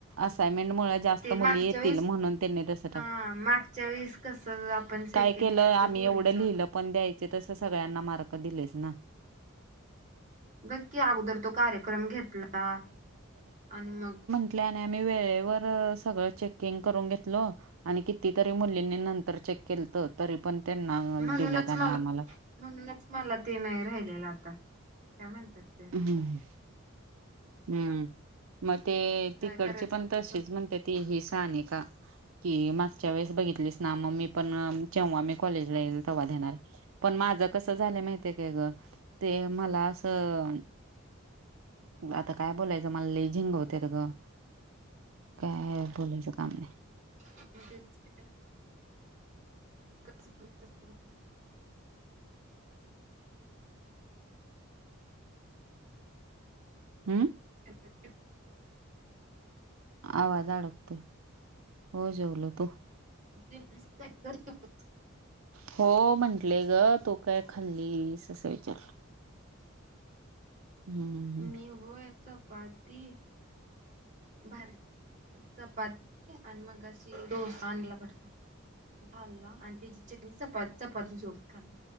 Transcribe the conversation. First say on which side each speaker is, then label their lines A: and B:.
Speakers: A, on the right; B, on the right.
A: असाग्नमेंट मुळे जास्त
B: ते
A: मुली
B: मागच्या
A: येतील
B: वेळेस
A: म्हणून त्यांनी तस टा
B: हा मागच्या वेळेस कसं आपण सेकंड
A: काय केलं
B: इयरच्या
A: आम्ही
B: पोरीच
A: एवढं लिहिलं पण द्यायचे तसं सगळ्यांना मार्क दिलेच ना
B: नक्की अगोदर तो कार्यक्रम घेतला आणि मग
A: तिथल्या आणि आम्ही वेळेवर सगळं चेकिंग करून घेतल आणि कितीतरी मुलींनी नंतर चेक केलंत तरी पण त्यांना
B: म्हणूनच
A: दिलं त्याने
B: मला
A: आम्हाला
B: म्हणूनच मला ते नाही राहिलेलं आता काय म्हणतात ते
A: हम्म हम्म मग ते
B: काय
A: तिकडची
B: करायचं
A: पण
B: ते
A: तशीच म्हण त ती ही सानिका की मागच्या वेळेस बघितलीस ना मग मी पण जेव्हा मी कॉलेजला येईल तेव्हा देणार पण माझं कसं झालं माहितीय काय ग ते मला असं आता काय बोलायचं मला लय झिंगवते ग काय बोलायचं काम नाय.
B: <inaudible>
A: हम्म.
B: ओके.
A: आवाज अडकतो. हो जेवलो, तू?
B: <unintelligible>
A: हो म्हंटलेय ग तू काय खाल्लीस असं विचारलं. हम्म
B: मी होय चपाती. भा चपाती आणि मग मगाशी डोसा आणला भर खाल्ला आणि त्याची चटणी चपा चपाती सोबत खाल्ली